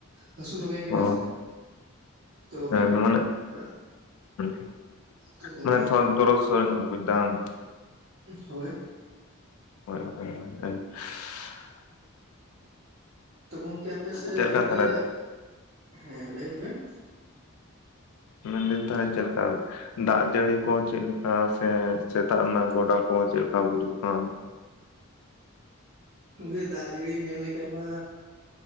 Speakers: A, on the right; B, on the left.
A: ᱦᱟᱹᱥᱩ ᱱᱚᱜᱮᱧ ᱠᱟᱱᱟ
B: ᱚ
A: ᱥᱮ <inaudible> ᱛᱚ <unintelligible>
B: ᱦᱮᱸ ᱢᱟᱱᱮ <unintelligible>
A: ᱛᱚ ᱚᱱᱟ ᱦᱳᱭ
B: ᱦᱚᱭ ᱦᱚᱭ <inaudible>
A: ᱛᱚ ᱜᱚᱢᱠᱮ ᱟᱯᱮᱥᱮ
B: ᱪᱮᱫ ᱞᱮᱠᱟ
A: ᱚᱱᱛᱮ
B: ᱛᱟᱦᱚᱞᱮ
A: <inaudible> ᱦᱮᱸ ᱞᱟᱹᱭ ᱵᱮᱱ
B: ᱢᱮᱱ ᱫᱤᱧ ᱛᱟᱦᱮ ᱪᱮᱞ ᱞᱮᱠᱟ ᱫᱟᱜ ᱡᱟᱹᱲᱤ ᱠᱚ ᱪᱮᱫ ᱞᱮᱠᱟ ᱥᱮ ᱥᱮᱛᱟᱜ ᱨᱮᱱᱟᱜ ᱜᱚᱰᱟ ᱠᱚ ᱪᱮᱫ ᱞᱮᱠᱟ ᱵᱩᱡᱩᱜ ᱠᱟᱱ?
A: <unintelligible> ᱫᱟᱜ ᱡᱟᱹᱲᱤ ᱧᱮᱞ ᱞᱮᱠᱷᱟᱡ ᱢᱟ